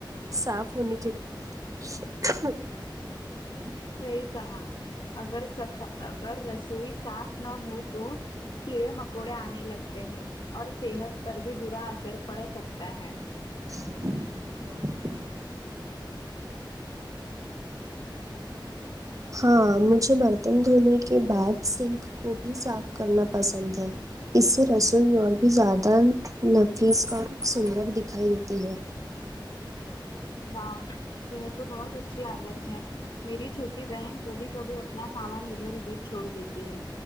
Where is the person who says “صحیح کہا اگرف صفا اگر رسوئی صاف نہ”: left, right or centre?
Left